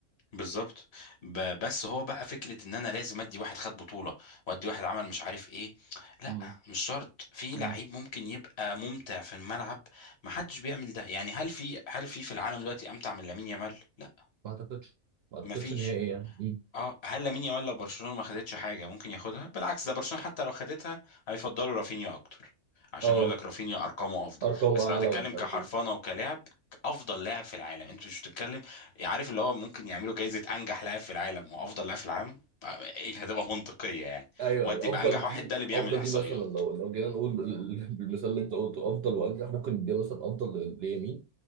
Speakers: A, on the left (about 55°); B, on the right (about 65°).
A: بالظبط ب- بس هو بقى فكره ان انا لازم ادي واحد خد بطوله وادي واحد عمل مش عارف ايه لا
B: مم.
A: مش شرط في
B: مم.
A: لعيب ممكن يبقى ممتع في الملعب محدش بيعمل ده يعني هل في هل في في العالم دلوقتي امتع من لامين يامال لا
B: ما اعتقدش ما اعتقدش
A: مفيش
B: ان هي ايه يعني مم.
A: اه هل لامين يامال لو برشلونه ما خدتش حاجه ممكن ياخدها بالعكس ده برشلونه حتى لو خدتها هيفضلوا رافينيا اكتر عشان
B: اه
A: يقول لك رافينيا ارقامه افضل
B: ارقام
A: بس
B: اعلى
A: لو هتتكلم
B: ومش عارف
A: كحرفنه
B: ايه
A: وكلاعب افضل لاعب في العالم انت مش بتتكلم يعني عارف اللي هو ممكن يعملوا جايزه انجح لاعب في العالم وافضل لاعب في العالم آه، ايه هتبقى منطقيه يعني
B: ايوه
A: ودي
B: أيوة.
A: بقى
B: افضل
A: انجح
B: دي
A: واحد ده اللي بيعمل
B: افضل
A: احصائيات
B: دي مثلا لو لو جينا نقول بال- <laughs> بال- بالمثال اللي انت قلته افضل وانجح ممكن دي مثلا افضل ل- ليمين